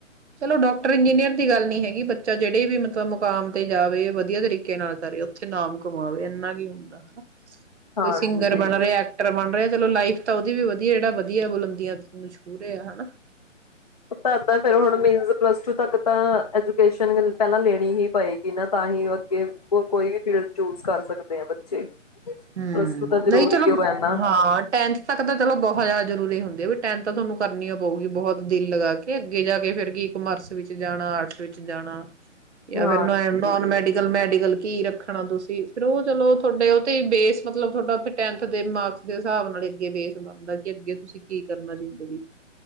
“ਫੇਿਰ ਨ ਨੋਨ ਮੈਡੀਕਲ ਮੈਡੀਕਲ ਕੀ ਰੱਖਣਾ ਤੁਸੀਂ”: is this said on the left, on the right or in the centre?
Right